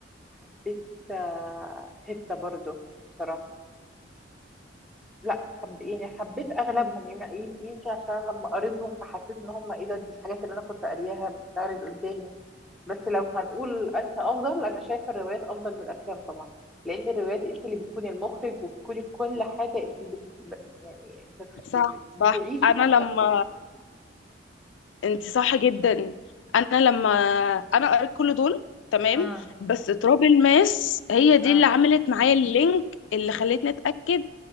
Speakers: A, in the centre; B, on the left.
A: حبيت آه، هبتة برضو بصراحة لا حب يعني حبيت اغلبهم يم- يم- يمكن عشان أنا لما قريتهم فحسيت ان هم ايه ده دي الحاجات اللي انا كنت قارياها بتعرض قدامي بس لو هنقول انهي افضل انا شايفة الروايات افضل من الافلام طبعا لان الروايات انت اللي بتكوني المخرج وبتكوني كل حاجة انت بت... ب- يعني بتخ...
B: صح
A: يعني بتعيشي
B: صح انا
A: مع
B: لما
A: نفسك
B: انت صح جدا انا لما انا قريت كل دول تمام
A: اه
B: بس تراب الماس هي دي
A: اه
B: اللي عملت معايا اللينك اللي خلتني اتأكد